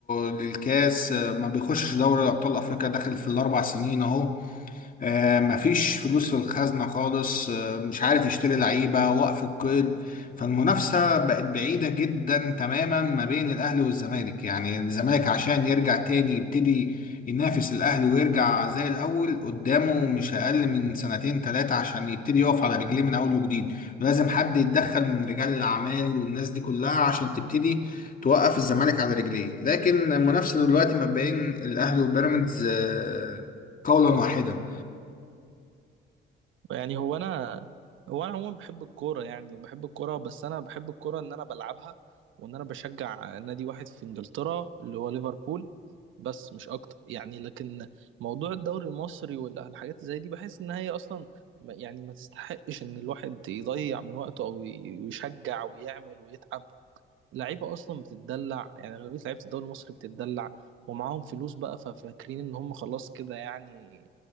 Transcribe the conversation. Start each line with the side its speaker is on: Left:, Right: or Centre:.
Left: للكاس آه، ما بيخشش دوري أبطال أفريقيا داخل في الأربع سنين أهو آه، مفيش فلوس في الخزنة خالص آه، مش عارف يشتري لعيبة وقف القيد فالمنافسة بقت بعيدة جدا تماما ما بين الأهلي والزمالك يعني الزمالك عشان يرجع تاني يبتدي ينافس الأهلي ويرجع زي الأول قدامه مش أقل من سنتين تلاتة عشان يبتدي يقف على رجليه من أول وجديد ولازم حد يتدخل من رجال الأعمال والناس دي كلها عشان تبتدي توقف الزمالك على رجليه لكن المنافسة دلوقتي ما بين الأهلي وبيراميدز آه، قولا واحدا
Right: يعني هو انا هو انا عموما بحب الكوره يعني بحب الكوره بس انا بحب الكوره ان انا بلعبها وان انا بشجع نادي واحد في انجلترا اللي هو ليفربول بس مش اكتر يعني لكن موضوع الدوري المصري والحاجات زي دي بحس ان هي اصلا ما- يعني ما تستحقش ان الواحد يضيع من وقته او ي- يشجع ويعمل ويتعب لعيبه اصلا بتتدلع يعني غالبيه لعيبه الدوري المصري بتتدلع ومعاهم فلوس بقى ففاكرين ان هم خلاص كده يعني